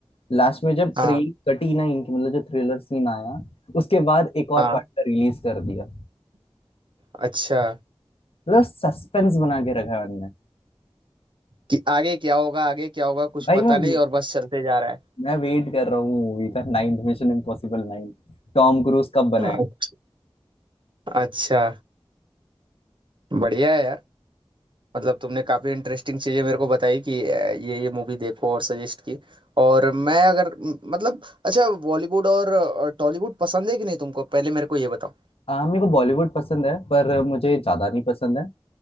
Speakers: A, on the left; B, on the right.
A: लास्ट में जब
B: हाँ
A: ट्रेन कटी ना इनकी मतलब जो थ्रिलर सीन आया उसके बाद एक और
B: हाँ
A: पार्ट का रिलीज कर दिया
B: अच्छा
A: मतलब सस्पेंस बना के रखा है इनने
B: कि आगे क्या होगा आगे क्या होगा कुछ
A: भाई
B: पता
A: मैं
B: नहीं और बस चलते जा रहा है
A: मैं वेट कर रहा हूँ मूवी का ninth mission impossible nine Tom Cruise कब बनाएगा
B: अच्छा अच्छा, बढ़िया है यार मतलब तुमने काफी इंटरेस्टिंग चीजें मेरे को बताई कि अ, ये ये मूवी देखो और सजेस्ट की और मैं अगर म- मतलब अच्छा बॉलीवुड और टॉलीवुड पसंद है कि नहीं तुमको पहले मेरे को ये बताओ
A: हाँ मेरे को बॉलीवुड पसंद है पर मुझे ज्यादा नहीं पसंद है